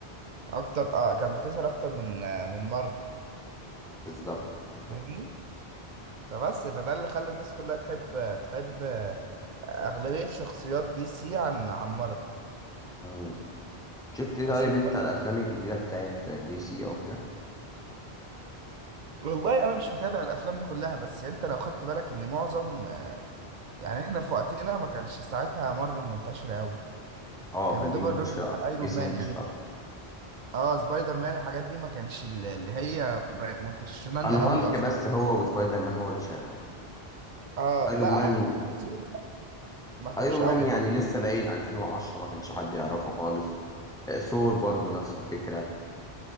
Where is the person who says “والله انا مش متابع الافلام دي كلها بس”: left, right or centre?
Right